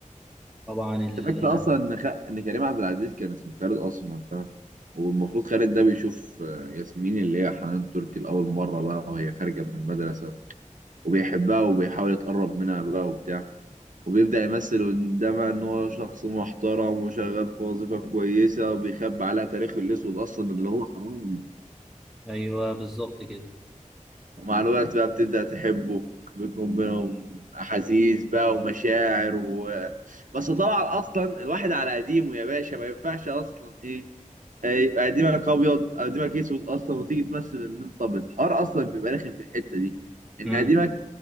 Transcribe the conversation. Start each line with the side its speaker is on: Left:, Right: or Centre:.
Centre: طبعا ال-
Right: انت فاكر اصلا ان خ... ان كريم عبد العزيز كان اسمه خالد اصلا وقتها والمفروض خالد ده بيشوف آه، ياسمين اللي هي حنان ترك لاول مره بقى وهي خارجه من المدرسه وبيحبها وبيحاول يتقرب منها بقى وبتاع وبيبدأ يمثل قدامها إن هو شخص محترم وشغال في وظيفة كويسة وبيخبي عليها تاريخه الأسود أصلا اللي هو حرامي
Centre: ايوه بالظبط كده
Right: ومع الوقت بقى بتبدأ تحبه بيكون بينهم أحاسيس بقى ومشاعر و... بس طبعا أصلا الواحد على قديمه يا باشا ما ينفعش أصلا إيه آه، يبقى قديمك أبيض أو قديمك أسود أصلا وتيجي تمثل إن أنت أبيض الحوار أصلا بيبقى رخم في الحتة دي إن
Centre: امم
Right: قديمك